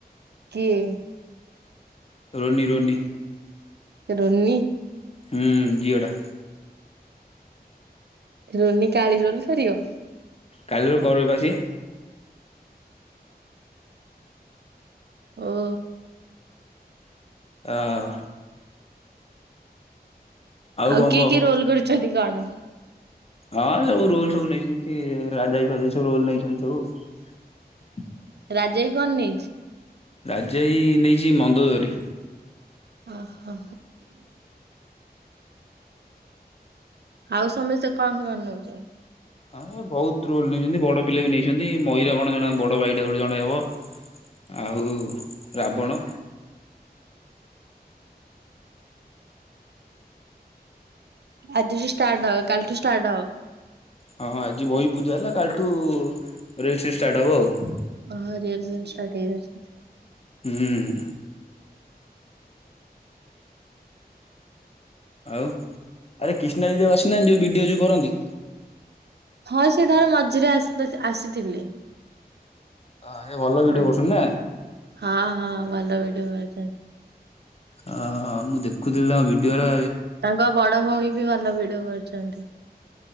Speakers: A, on the right; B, on the left.
A: କିଏ?
B: Ronnie Ronnie.
A: ରୋନି
B: ହୁଁ ଝିଅ ଟା।
A: ରୋନି କାଳି ରୋଲ କରିବ?
B: କାଳୀ ରୋଲ କରେ ପା ସିଏ।
A: ଓହୋ।
B: ଅହ।
A: ଆଉ
B: କଣ
A: କିଏ
B: କହ
A: କିଏ ରୋଲ କରୁଛନ୍ତି କଣ?
B: ହଁ କୋଉ ରୋଲ ସବୁ ନେଇଛନ୍ତି ରାଜାଭାଇ ଫାଜାବାଇ ସବୁ ରୋଲ ନେଇଛନ୍ତି ସବୁ।
A: ରାଜେଇ କରୁନି?
B: ରାଜା ଭାଇ ନେଇଚି ମନ୍ଦୋଦରୀ।
A: ଓହୋ। ଆଉ ସମସ୍ତେ କଣ କଣ ନୋଉଚନ୍ତି?
B: ହଁ ବୋହୁତ ରୋଲ ନେଇଚନ୍ତି। ବଡ ପିଲା ବି ନେଇଚନ୍ତି ମହି <unintelligible> ଜଣେ ବଡ ଭାଇଟା ବୋଲି ଜଣେ ହବ। ଆଉ ରାବଣ।
A: ଆଜିଠୁ ଷ୍ଟାର୍ଟ ହବ କାଲିଠୁ ଷ୍ଟାର୍ଟ ହବ।
B: ହଁ ଆଜି ବହି ପୂଜା ହେଲା କାଲିଠୁ ରେଲସିଲ୍ ଷ୍ଟାର୍ଟ ହବ ଆଉ।
A: ଓହୋ ରିଅଲସେଲ୍ ଷ୍ଟାର୍ଟ ହେଇଯାଉଛନ୍ତି।
B: ହୁଁ ଆଉ ଆରେ କ୍ରିଷ୍ଣା ଦିଦି ଆଉ ଆସିନାହାନ୍ତି? ଯୋଉ ଭିଡିଓ ଯୋଉ କରନ୍ତି।
A: ହଁ ସେ ଥରେ ମଝିରେ ଆସଥି ଆସିଥିଲେ।
B: ହଁ ସେ ଭଲ ଭିଡିଓ
A: ହୁଁ
B: କରୁଛନ୍ତି ନା।
A: ହଁ ହଁ ଭଲ ଭଡିଓ କରୁଚନ୍ତି।
B: ଅହ ମୁଁ ଦେଖୁଥିଲି ଭିଡିଓରା
A: ତାଙ୍କ ବଡ ଭୋଉଣୀ ବି ଭଲ ଭିଡିଓ କରୁଚନ୍ତି।